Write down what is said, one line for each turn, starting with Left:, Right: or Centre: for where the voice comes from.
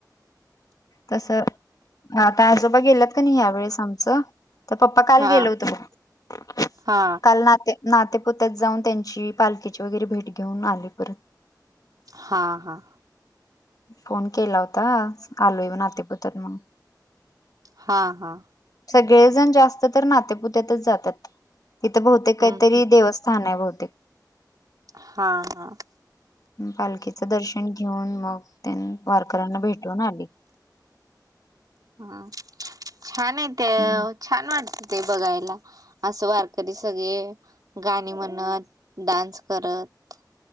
Left: तस आता आजोबा गेलेत का नाही यावेेळेस आमचं. तर पप्पा काल
Right: हा
Left: गेल होतं म
Right: हा
Left: काल नाते. नाते पोत्यात जाऊन त्यांची पालखीची वगैरे भेट घेऊन आले परत.
Right: हां हां.
Left: फोन केला होता आलोयव नातेपुतात मग.
Right: हा हा.
Left: सगळेजण जास्त तर नातेपुत्यातच जातात. तिथं बहुतेक काहीतरी
Right: हम्म
Left: देवस्थान आहे बहुतेक.
Right: हां हां.
Left: पालखीचं दर्शन घेऊन मग त्यां वारकऱ्यांना भेटून आले.
Right: हम् छान आहे ते
Left: हम्म
Right: छान वाटत ते बघायला. असं वारकरी सगळे गाणी म्हणत डान्स करत.